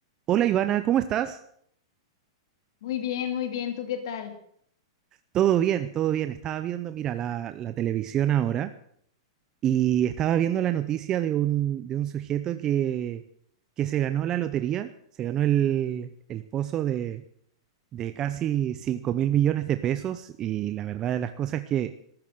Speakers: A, on the right (about 20°); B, on the left (about 60°).
A: Hola Ivana, ¿cómo estás?
B: Muy bien, muy bien. ¿Tú qué tal?
A: Todo bien, todo bien. Estaba viendo, mira, la, la televisión ahora y estaba viendo la noticia de un, de un sujeto que, que se ganó la lotería, se ganó el, el pozo de, de casi 5 mil millones de pesos y la verdad de las cosas es que,